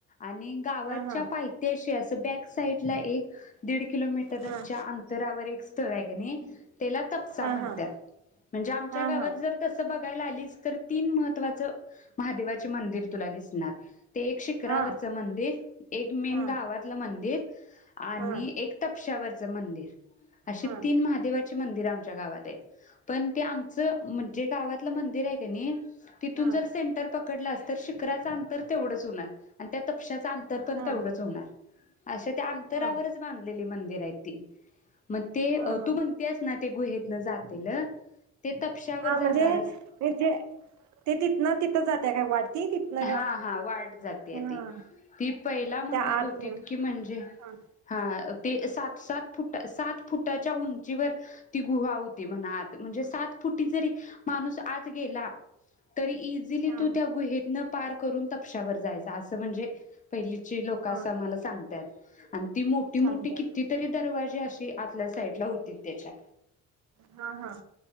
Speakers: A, on the left; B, on the right.
A: आणि गावाच्या
B: हा
A: पाहित्याशी असं अस बॅक साईटला एक दिड किलोमीटरच्यां
B: हा
A: आंत अंतरावर एक स्थळ हाय कनी तेला तपसा
B: हा
A: म्हणत्यात
B: हा
A: म्हणजे आमच्या
B: हा
A: गावात जर तस बघ काय <unintelligible> तीन महत्वाचं महादेव हाइत. मंदिर तुला दिसणार ते एक शिखरावरच
B: हा हा
A: मंदिर. एक मेन
B: हा
A: गावातलं मंदिर. आणि
B: हा
A: एक तपशावर चं मंदिर अशी
B: हा हा
A: तीन महादेवाचे मंदिर आमच्या गावात हाइत. पण ते आमचं म्हणजे गावात तिथलं मंदिर आहे कनी तिथून
B: हा
A: जर सेंटर पकडलास. तर शिखराचा अंतर तेवढच होणार त्या तपशचां अंतर अंतर पण
B: हा
A: तेवढंच होणार अस ते अंतरावरच
B: हा
A: बांधलेली मंदिर आहेत. ते मग ते
B: हा
A: तू म्हणतेस ना ते गुहेत तितन जातेल. ते तपशावर
B: हा
A: जाणारस
B: म्हणजे ते तिथनं तिथं जाते काय वाटती तिथनं
A: हा हा वाट जातेय
B: हा
A: ती ती पहिला म्हणत
B: त्या आत
A: होती की म्हणजे
B: हा
A: हा ते सात सात फुट सात त्याच्या उंचीवर ती गुहा होती म्हणा आत म्हणजे सात कुठे जरी माणूस आत गेला? तरी इझिली
B: हा
A: तू त्या गुहेतन पार् करून तपश्यावर जायच. असं म्हणजे पहिलीची लोक
B: हा
A: असं आम्हाला सांगत्यात आ ती मोठी मोठी
B: सांगत्यात
A: कितीतरी दरवाजे अस ती आतल्या साईडला होतीत त्याच्या
B: हा हा